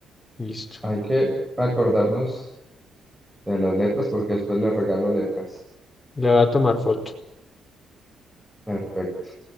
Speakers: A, on the left; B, in the centre.
A: Listo.
B: Hay que acordarnos De las letras, porque después le regalo letras.
A: Le voy a tomar foto.
B: Perfecto.